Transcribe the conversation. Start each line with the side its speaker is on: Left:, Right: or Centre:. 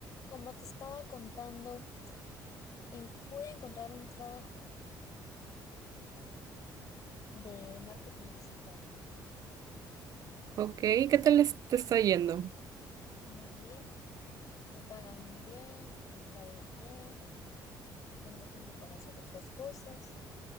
Left: Como te estaba contando, en- pude encontrar un trabajo de marketing digital
Right: Ok, ¿qué tal es- te está yendo?
Left: muy bien. Me pagan muy bien, el horario es bien, tengo tiempo para hacer otras cosas